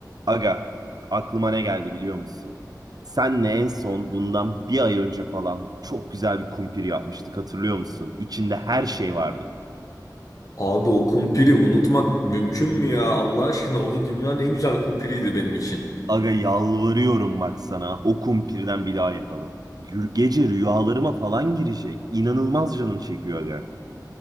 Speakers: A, on the right; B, on the left.
A: Aga, aklıma ne geldi biliyor musun? Senle en son bundan bir ay önce falan çok güzel bir kumpir yapmıştık hatırlıyor musun? İçinde her şey vardı.
B: Abi o kumpiri unutmak mümkün mü ya? Allah aşkına o dünyanın en güzel kumpiriydi benim için.
A: Aga yalvarıyorum bak sana o kumpirden bir daha yapalım. Gü- Gece rüyalarıma falan girecek. İnanılmaz canım çekiyor aga.